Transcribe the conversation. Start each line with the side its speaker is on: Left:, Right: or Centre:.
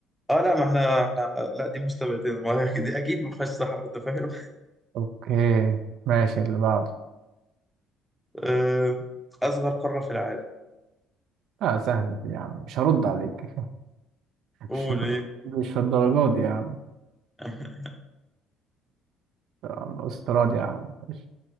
Centre: اه لا ما احنا احنا لا دي مستبعدين ما هي دي اكيد ما فيهاش صحراء انت فاهم
Right: اوكي ماشي اللي بعده
Centre: آه، اصغر قارة في العالم
Right: اه سهلة دي يا عم مش هرد عليك
Centre: قول
Right: مش
Centre: ايه
Right: مش الدرجات دي يا عم
Centre: <laughs>
Right: يا عم استراليا يا عم ماشي